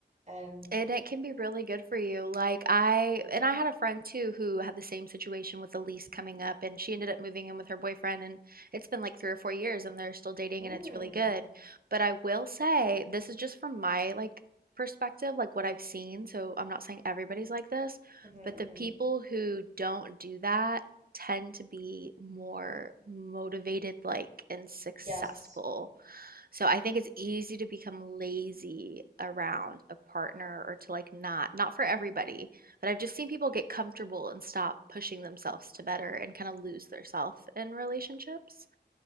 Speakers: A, on the right (about 40°); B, on the right (about 55°).
A: and
B: And it can be really good for you. Like I
A: Mhm.
B: and I had a friend too who had the same situation with a lease coming up and she ended up moving in with her boyfriend and it's been like three or four years and they're still dating
A: mm,
B: and it's really good. But I will say this is just from my like perspective, like what I've seen. So I'm not saying everybody's like this,
A: hmm
B: but the
A: hmm
B: people who don't do that tend to be more motivated like and successful.
A: Yes.
B: So I think it's easy to become lazy around a partner or to like not, not for everybody, but I've just seen people get comfortable and stop pushing themselves to better and kind of lose their self in relationships.